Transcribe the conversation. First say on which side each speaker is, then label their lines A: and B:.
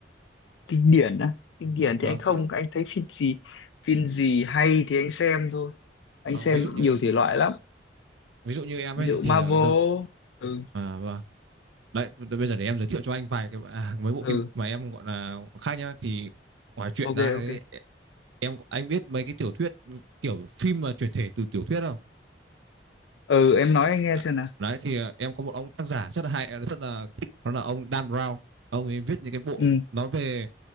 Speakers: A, on the left; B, on the right.
A: kinh điển á kinh điển thì
B: Vâng,
A: anh không
B: ví dụ
A: anh thấy phim gì phim gì hay thì anh xem thôi anh
B: ờ,
A: xem
B: ví dụ như
A: nhiều thể loại lắm
B: ví dụ như em
A: ví
B: ấy
A: dụ
B: thì
A: Marvel
B: ờ, giờ
A: ừ
B: à vâng Đấy, bây giờ để em giới thiệu cho anh vài cái à, mấy bộ
A: ừ
B: phim mà em gọi là khác nhá thì ngoài chuyện
A: ok
B: ra ấy,
A: ok
B: em anh biết mấy cái tiểu thuyết kiểu phim mà chuyển thể từ tiểu thuyết không?
A: ừ em nói anh nghe
B: À,
A: xem nào
B: Đấy thì à, em có một ông tác giả rất là hay ờ, rất là thích đó là ông Dan Brown. Ông ấy viết những cái bộ
A: ừ
B: nói về